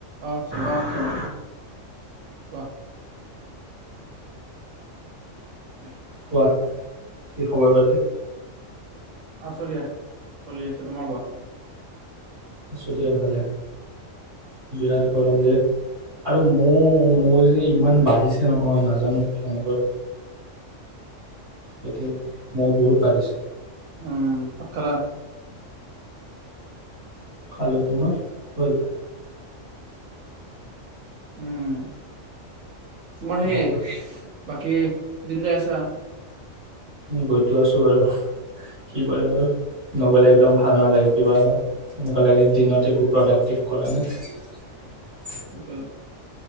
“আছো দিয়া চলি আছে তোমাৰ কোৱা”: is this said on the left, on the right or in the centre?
Right